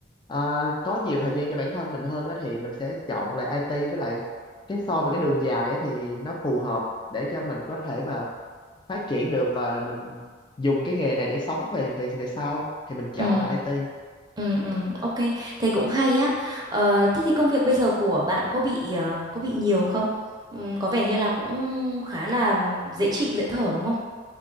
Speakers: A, on the left (about 25°); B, on the right (about 20°).
A: à, có nhiều thời gian cho bản thân mình hơn á thì mình sẽ chọn lại IT với lại cái so với cái đường dài á thì nó phù hợp để cho mình có thể mà phát triển được và mình dùng cái nghề này để sống về về về sau á, thì mình chọn
B: ừ,
A: là IT
B: ừ, ừ, ok, thế cũng hay á. Ờ, thế thì công việc bây giờ của bạn có bị ờ, có bị nhiều không? Ừ, có vẻ như là cũng khá là dễ chịu, dễ thở đúng không?